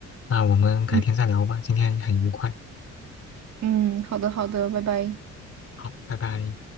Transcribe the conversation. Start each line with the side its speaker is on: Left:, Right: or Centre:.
Left: 那我们改天再聊吧，
Right: 嗯
Left: 今天很愉快，
Right: 嗯，好的好的，拜拜。
Left: 好，拜拜。